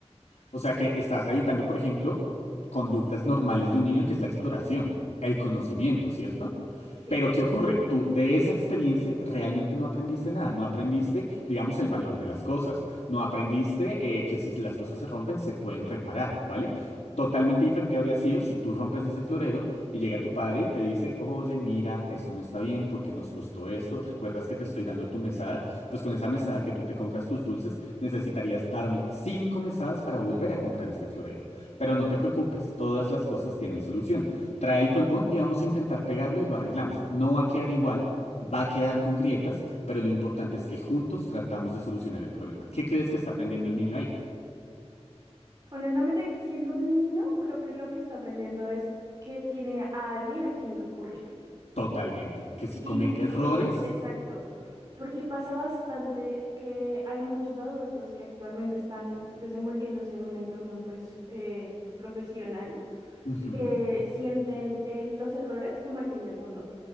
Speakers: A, on the left (about 70°); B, on the right (about 35°).
A: O sea que estás editando, por ejemplo, conductas normales de un niño, que es la exploración, el conocimiento, ¿cierto?
B: Sí.
A: Pero ¿qué ocurre? Tú de esa experiencia realmente no aprendiste nada, no aprendiste, digamos, el valor de las cosas, no aprendiste eh, que si las cosas se rompen se pueden reparar, ¿vale? Totalmente diferente habría sido si tú rompes ese florero y llega tu padre y te dice, oye, mira, esto no está bien porque nos costó esto, ¿recuerdas que te estoy dando tu mesada? Pues con esa mesada que tú te compras tus dulces, Necesitarías darme cinco mesadas para volver a comprar este florero. Pero no te preocupes, todas las cosas tienen solución. Trae el colbón y vamos a intentar pegarlo y lo arreglamos. No va a quedar igual, va a quedar con grietas, pero lo importante es que juntos tratamos de solucionar el problema. ¿Qué crees que está aprendiendo el niño ahí?
B: Honestamente, siendo un niño, creo que lo que está aprendiendo es que tiene a alguien a quien recurrir.
A: Totalmente. ¿Que si
B: Y
A: comete errores?
B: que, exacto, porque pasa bastante que hay muchos adultos que actualmente están desenvolviéndose en un entorno, pues, eh, profesional,
A: Ujú,
B: que sienten eh, los errores como el fin del mundo.